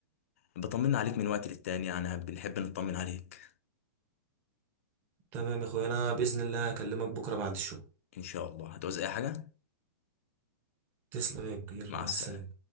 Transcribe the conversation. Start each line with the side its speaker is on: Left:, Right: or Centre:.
Left: بطمن عليك من وقت للتاني يعني بنحب نطمن عليك
Right: تمام يا اخويا انا باذن الله هكلمك بكره بعد الشغل
Left: ان شاء الله هتعوز اي حاجة
Right: تسلم يا كبير
Left: مع
Right: مع
Left: السلامة
Right: السلامه